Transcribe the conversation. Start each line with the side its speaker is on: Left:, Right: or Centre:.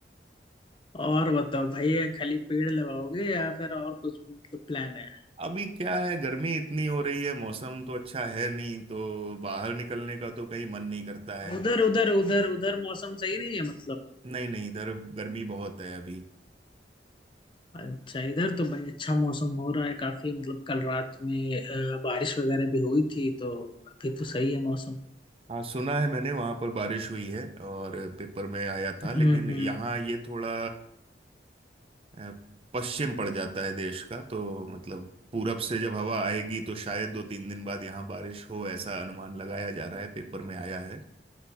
Left: और बताओ भैया खाली पेड़ लगाओगे या फिर और कुछ भी मतलब प्लान है
Right: अभी क्या है गर्मी इतनी हो रही है मौसम तो अच्छा है नहीं तो बाहर निकलने का तो कहीं मन नहीं करता है
Left: उधर उधर उधर उधर मौसम सही नहीं है मतलब?
Right: नहीं नहीं इधर गर्मी बहुत है अभी
Left: अच्छा इधर तो भाई अच्छा मौसम हो रहा है काफी मतलब कल रात में अ, बारिश वगैरह भी हुई थी तो अभी तो सही है मौसम
Right: हाँ सुना है मैंने वहां पर बारिश हुई है और पेपर में आया था लेकिन
Left: हम्म हम्म
Right: यहाँ ये थोड़ा अ, पश्चिम पड़ जाता है देश का तो मतलब पूरब से जब हवा आएगी तो शायद दो तीन दिन बाद यहाँ बारिश हो ऐसा अनुमान लगाया जा रहा है पेपर में आया है